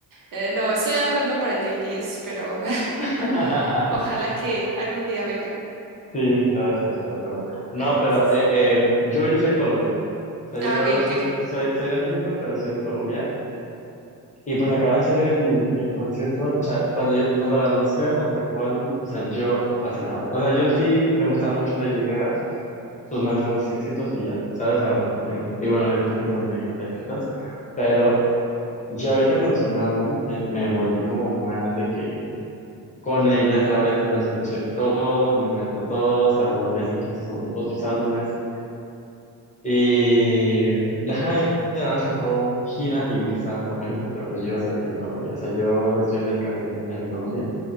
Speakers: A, on the right; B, on the left.
A: eh, no, estoy ahorrando para el de BTS, pero <laughs>
B: <laughs>
A: ojalá que algún día vengan.
B: Sí, sí te va a hacer, te lo juro. No,
A: Ay, gracias.
B: pero eh, eh, yo ahorita estoy en Colombia. O sea,
A: Ah,
B: yo
A: ok, ok.
B: soy de, soy, soy de México, pero estoy en Colombia. Y pues acaba de ser el, el concierto. O sea, cuando, yo, cuando la anunció, cuando sacó álbum, o sea, yo fascinado. O sea, yo sí me gustaba mucho de Lady Gaga, sus más grandes éxitos y ya, ¿sabes? O sea, me- y bueno, él tiene un buen de, de éxitos. Pero ya ahorita con su nuevo álbum me, me volví como más de que con ella, ¿sabes? La escuché todo, me encantó todo, o sea, volví a escuchar sus otros álbumes y ajá, de nada sacó gira y vi que estaba por México, pero pues yo iba a estar aquí en Colombia, o sea, yo estoy de intercambio aquí en, en Colombia,